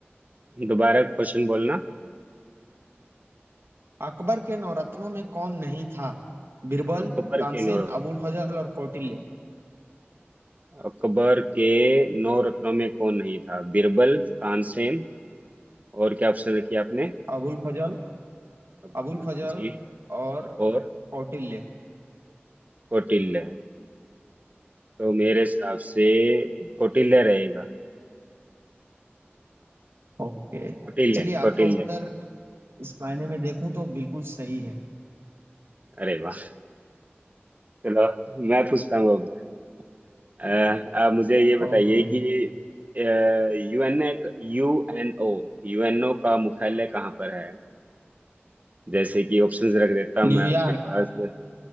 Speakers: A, on the right; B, on the right.
A: दोबारा क्वेश्चन बोलना
B: अकबर के नवरत्नों में कौन नहीं था बीरबल
A: अकबर
B: तानसेन
A: के नौ रत्न
B: अबुल फजल और कौटिल्य
A: अकबर के नौ रत्नों में कौन नहीं था बीरबल तानसेन और क्या ऑप्शन रखी आपने
B: अबुल फजल
A: अब्दुल
B: अबुल फजल
A: जी
B: और
A: और
B: कौटिल्य
A: कौटिल्य तो मेरे हिसाब से कौटिल्य रहेगा
B: ओके
A: कौटिल्य
B: चलिए आपका
A: कौटिल्य
B: उत्तर इस मायने में देखूं तो बिल्कुल सही है
A: अरे वाह चलो मैं पूछता हूँ अब अ, आप मुझे ये
B: ओके
A: बताइए कि यूएन यूएनओ यूएनओ का मुख्यालय कहाँ पर है जैसे कि ऑप्शंस रख देता हूँ
B: न्यूयॉर्क
A: मैं आपके पास